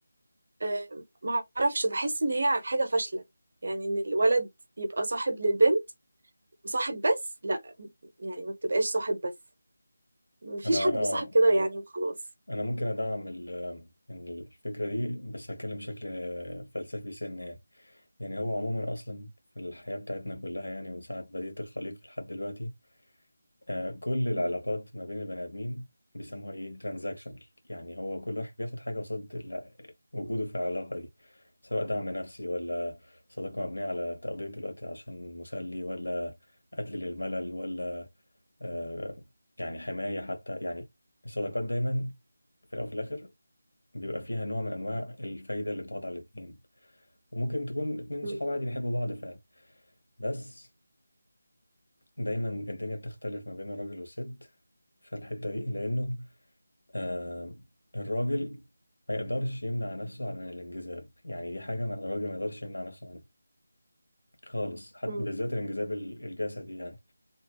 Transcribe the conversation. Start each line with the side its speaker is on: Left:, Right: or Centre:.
Right: آه ما أعرفش بحس إن هي حاجة فاشلة يعني إن الولد يبقى صاحب للبنت وصاحب بس يعني ما بتبقاش صاحب بس مفيش
Left: انا
Right: حد بيصاحب
Left: اه
Right: كده يعني وخلاص
Left: انا ممكن ادعم ال- إن الفكره دي بس هتكلم بشكل آه، فلسفي سنه يعني يعني هو عموما اصلا في الحياه بتاعتنا كلها يعني من ساعه بدايه الخليقه لحد دلوقتي آه، كل العلاقات
Right: مم.
Left: ما بين البني ادمين بيسموها ايه ترانزاكشنال يعني هو كل واحد بياخد حاجه قصاد ال- وجوده في العلاقه دي سواء دعم نفسي ولا صداقه مبنيه على تقضيه الوقت عشان مسلي ولا قتل للملل ولا آه، يعني حمايه حتى يعني الصداقات دايما في الاول وفي الاخر بيبقى فيها نوع من انواع الفايده اللي بتقعد على الاثنين وممكن تكون اتنين
Right: مم.
Left: صحاب عادي بيحبوا بعض فعلا بس دايما الدنيا بتختلف ما بين الراجل والست في الحته دي لانه آه الراجل ما يقدرش يمنع نفسه عن الانجذاب يعني دي حاجة ما الراجل ما يقدرش يمنع نفسه عنها خالص حتى
Right: مم.
Left: بالذات الانجذاب ال- الجسدي يعني